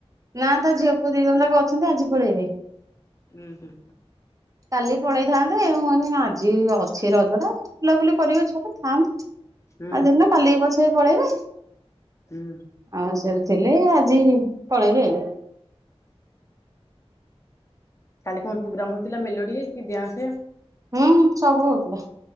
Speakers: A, on the right; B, on the left.
A: ନା ତ ଝିଅ ପୁଅ ଦି ଜଣ ଯାକ ଅଛନ୍ତି ଆଜି ପଳେଇବେ।
B: ହୁଁ ହୁଁ।
A: କାଲି ପଳେଇଥାନ୍ତେ ମୁଁ କହିନି ଆଜି ଅଛି ରଜ ଟା। ବୁଲାବୁଲି କରିବ ଛୁଆ ଥାନ୍ତୁ
B: ହୁଁ
A: ଆଜିି ଦିନଟା କାଲିକୁ ପଛେ ପଳେଇବେ।
B: ହୁଁ।
A: ଆଉ ସେଠି ଥିଲେ ଆଜି ପଳେଇବେ ଆଉ।
B: କାଲି କଣ ପ୍ରୋଗ୍ରାମ ହଉଥିଲା ମେଲୋଡି କି ଡ୍ୟାନ୍ସ?
A: ହୁଁ ସବୁ ହଉଥିଲା।